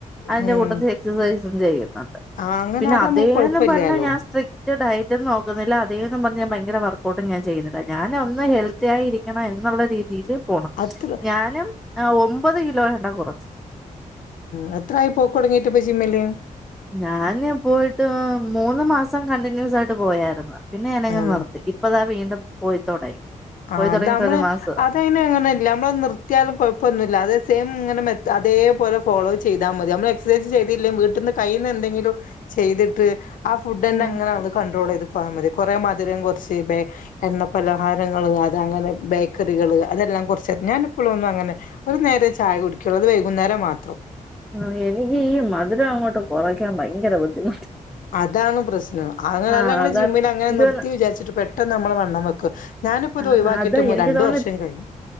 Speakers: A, in the centre; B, on the left (about 75°).
A: അല്ല
B: ഉം
A: കൂട്ടത്തെ എക്സസൈസ് ഇപ്പം ചെയ്യും. അതെ
B: ആഹ് അങ്ങനെ
A: പിന്നെ
B: അത്
A: അതേന്ന്
B: നമുക്ക് കുഴപ്പമില്ലാലോ
A: പറഞ്ഞാ ഞാൻ സ്ട്രി മറ്റ ഡയറ്റ്ന്നും നോക്കുന്നില്ല അതേന്നും പറഞ്ഞ ഞാൻ ഭയങ്കര വർക്ക ട്ടും ഞാൻ ചെയ്യുന്നില്ല ഞാന ഒന്ന് ഹെൽത്തി ആയിരിക്കണം എന്നുള്ള രീ രീതിയില് പോണം
B: അത്ര
A: ഞാനും ഒമ്പത് കിലോ എണ്ണ്ട കുറക്ക
B: <inaudible> പോക്കടുങ്ങിട്ട പയി ചിമ്മലെ
A: ഞാന് പോയിട്ട്,. മൂന്ന് മാസം കണ്ടിന്യൂസ് ആയിട്ട് പോയരുന്നു പിന്നെ ഞാനങ്ങെ
B: മൂന്നും
A: നിർത്തി ഇപ്പതാ വീണ്ടും പോയി <inaudible>
B: ആ
A: പോയി
B: അത്
A: തുടങ്ങിയിട്ട്
B: നമ്മള്
A: ഒരു മാസവാ
B: അതെ അയ്‌ന് അങ്ങനെല്ല, നമ്മള് നിർത്തിയാലും കുഴപ്പൊന്നുല്ല, അതെ സെയിം ഇങ്ങനെ മെ അതേപോലെ, ഫോളോ ചെയ്താ മതി നമ്മളെക്സ് സേസ് ചെയ്‌തില്ലേം വീ ട്ട്ന്ന് കയ്യ്ന്ന എന്തെങ്കിലും, ചെയ്തിട്ട് ആ ഫുഡ് ന്നെങ്ങനെആണ്ട്
A: ആ
B: കണ്ടട്രോൾ ചെയ്ത് പൊ പോയാ മതി കുറെ മധുരം കുറച്ച് ബേ എണ്ണ പലഹാര ങ്ങള് അത് അങ്ങനെ ബേക്കറികള് അതെല്ലാം കുറച്ചത്, ഞാനിപ്പൊളൊന്നും അങ്ങനെ ഒരു നേരേ ചായ കുടിക്കുള്ളൂ അത് വൈകുന്നേരം മാത്രം.
A: ആ എനിക്ക് ഈ മധുരം അങ്ങോട്ട് കുറക്കാൻ ഭയങ്കര ബുദ്ധിമുട്ട്
B: അതാണ് പ്രശ്നം അങ്ങനെല്ലങ്ങള്ൾ
A: ആഹ് അതാണ്
B: ജിമ്മിൽ അങ്ങനെ
A: എനിക്ക്
B: നിർത്തി
A: തോന്ന്
B: വിചാരിച്ചിട്ട് പെട്ട് ട്ടൊന്നമ്മള് വണ്ണം വെക്കും ഞാനിപ്പോ
A: ആ
B: ഇത് ഒഴിവാക്കിയിട്ട്
A: അത എനിക്ക്
B: രണ്ടു
A: തോന്നുന്നു
B: വർഷം കഴിഞ്ഞു